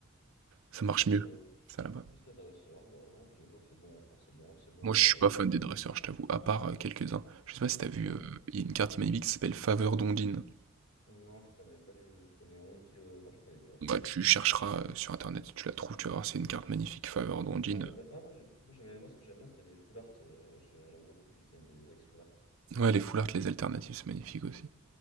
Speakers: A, on the right; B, on the left.
A: ça
B: Donc
A: marche
B: plus
A: mieux,
B: les plus,
A: ça là-bas.
B: plus les dresseurs, bah ok bah c'est bon, enfin c'est bon, c'est bon
A: Moi,
B: à savoir.
A: je suis pas
B: Je...
A: fan des dresseurs, je t'avoue, à part euh, quelques-uns. Je sais pas si t'as vu,
B: Bon,
A: euh,
B: bon.
A: il y a une carte magnifique qui s'appelle Faveur d'Ondine.
B: Non je connais pas du. Je connais Ondi, euh, non je connais pas Faveur
A: Bah, tu
B: non non.
A: chercheras euh, sur internet, tu la trouves, tu vas voir, c'est une carte magnifique, Faveur d'Ondine.
B: Ah elle est belle. Ah, moi j'ai- moi, j'aimais moi ce que j'aime bien c'était les full art. J'ai- j'ai- J'aime beaucoup le design des ex full art.
A: Ouais, les full art, les alternatives, c'est magnifique aussi.